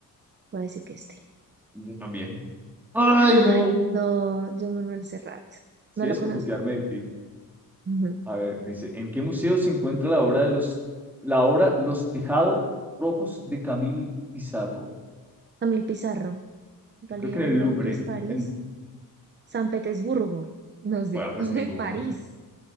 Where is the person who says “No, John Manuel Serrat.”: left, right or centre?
Right